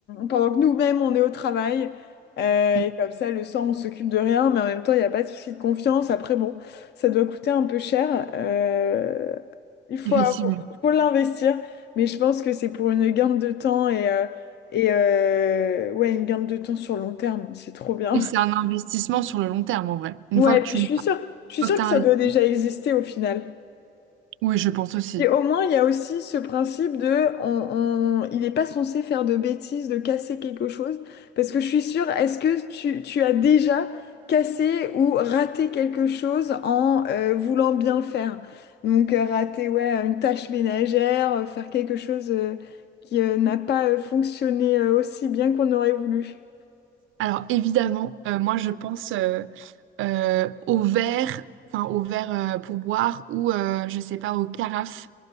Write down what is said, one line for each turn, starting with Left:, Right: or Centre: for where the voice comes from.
Left: pendant que nous-mêmes on est au travail. Euh,
Right: Mm,
Left: et comme ça, le sang, on s'occupe de rien, mais en même temps, il n'y a pas de souci de confiance. Après, bon, ça doit coûter un peu cher. Euh, il faut,
Right: Effectivement.
Left: avoir- faut l'investir, mais je pense que c'est pour une gain de temps et, euh, et euh, ouais, une gain de temps sur long terme. C'est trop bien.
Right: Et c'est un investissement sur le long terme, en vrai. Une
Left: Ouais,
Right: fois que
Left: <laughs> et
Right: tu
Left: puis je
Right: l'as,
Left: suis
Right: une
Left: sûre, je suis
Right: fois
Left: sûre
Right: que tu
Left: que
Right: as
Left: ça
Right: investi.
Left: doit déjà exister au final.
Right: Oui, je pense aussi.
Left: Et au moins, il y a aussi ce principe de, on, on- il n'est pas censé faire de bêtises, de casser quelque chose. Parce que je suis sûre, est-ce que tu, tu as déjà cassé ou raté quelque chose en euh, voulant bien le faire? Donc, euh, rater, ouais, une tâche ménagère, euh, faire quelque chose euh, qui euh, n'a pas euh, fonctionné euh, aussi bien qu'on aurait voulu.
Right: Alors évidemment, euh, moi je pense euh, euh, au verre, enfin au verre euh, pour boire ou euh, je sais pas, aux carafes.